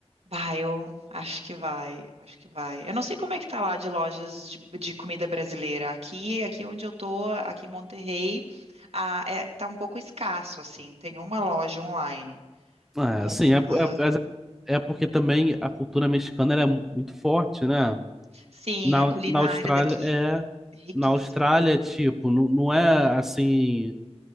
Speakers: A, on the right (about 70°); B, in the centre.
A: Vai, eu acho que vai, eu acho que vai. Eu não sei como é que tá lá de lojas de, de comida brasileira. Aqui, aqui onde eu tô, aqui em Monterrey, ah, é, tá um pouco escasso, assim. Tem uma loja online,
B: É,
A: mas
B: sim, é, po-
A: ah,
B: é, mas é porque também a cultura mexicana ela é mu- muito forte, né?
A: sim,
B: Na,
A: a culinária
B: na Austrália
A: daqui
B: é
A: é riquíssima.
B: na Austrália, tipo, não, não é assim,